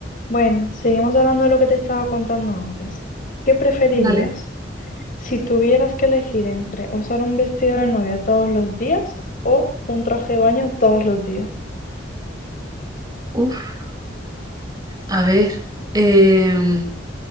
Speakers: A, on the left; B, on the right.
A: Bueno, seguimos hablando de lo que te estaba contando antes. ¿Qué preferirías?
B: Vale.
A: Si tuvieras que elegir entre usar un vestido de novia todos los días o un traje de baño todos los días.
B: Uf, a ver. em,